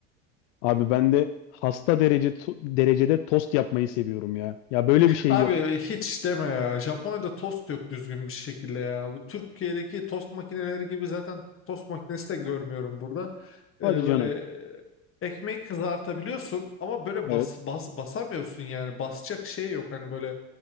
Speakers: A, on the left (about 75°); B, on the left (about 35°).
A: Abi ben de hasta derece to- derecede tost yapmayı seviyorum ya. Ya böyle bir şey
B: Abi
A: yok.
B: hiç deme ya. Japonya'da tost yok düzgün bir şekilde ya. Bu Türkiye'deki tost makineleri gibi zaten tost makinesi de görmüyorum burada.
A: Hadi
B: Ee, böyle
A: canım.
B: e, ekmeği kızartabiliyorsun ama böyle
A: Evet.
B: bas, bas, basamıyorsun yani. Basacak şey yok hani böyle.